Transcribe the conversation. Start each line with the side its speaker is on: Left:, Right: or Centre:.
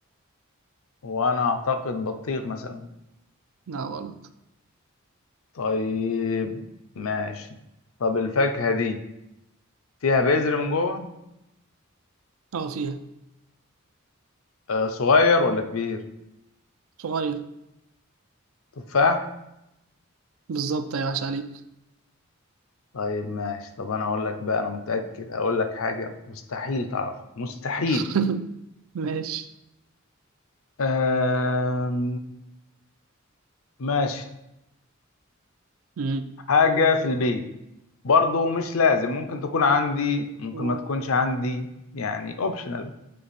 Left: وأنا أعتقد بطيخ مثلا
Right: لا غلط
Left: طيب ماشي طب الفاكهة دي فيها بذر من جوه
Right: اه فيها
Left: آه صغير ولا كبير
Right: صغير
Left: تفاح
Right: بالظبط يا عاش عليك
Left: طيب ماشي طب أنا هقول لك بقى أنا متأكد هقول لك حاجة مستحيل تعرفها مستحيل
Right: <laughs> ماشي
Left: آم... ماشي
Right: مم.
Left: حاجة في البيت برضو مش لازم ممكن تكون عندي ممكن
Right: آه،
Left: ما تكونش عندي يعني اوبشنال